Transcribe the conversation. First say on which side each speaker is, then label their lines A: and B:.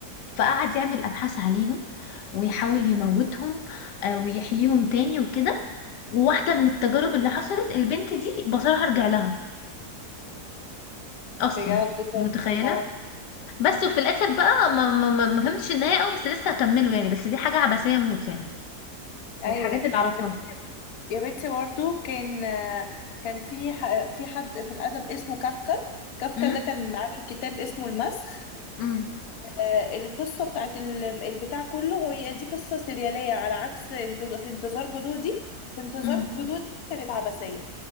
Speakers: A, on the left; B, on the left.
A: فقعد يعمل ابحاث عليهم ويحاول يموتهم آه، ويحييهم تاني وكده وواحدة من التجارب اللي حصلت البنت دي بصرها رجع لها اصلا
B: بجد طب
A: أنت متخيلة
B: اه
A: بس وفي الاخر بقى ما ما ما ما فهمتش النهاية قوي بس لسه هكمله يعني بس دي حاجة عبثية موت يعني
B: ايوه
A: من الحاجات اللي اعرفها
B: يا بنتي يا بنتي برضو كان آه، كان في ح- في حد في الادب اسمه كافكا كافكا
A: امم
B: ده كان عامل كتاب اسمه المسخ
A: امم
B: آه، القصة بتاعت ال- البتاع كله هي دي قصة سريالية على عكس انتظ- في انتظار جدودي في انتظار
A: امم
B: جدودي كانت عبثية